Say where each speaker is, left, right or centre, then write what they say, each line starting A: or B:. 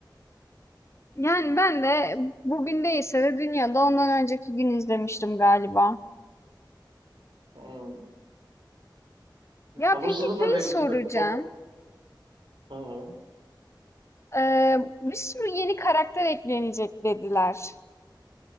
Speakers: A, on the left; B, on the right.
A: Yani ben de bugün değilse de dünyada ondan önceki gün izlemiştim galiba.
B: Hmm.
A: Ya
B: Sabırsızlıkla
A: peki şey
B: bekliyorum.
A: soracağım.
B: Çok. Hı hı.
A: Ee, bir sürü yeni karakter eklenecek dediler.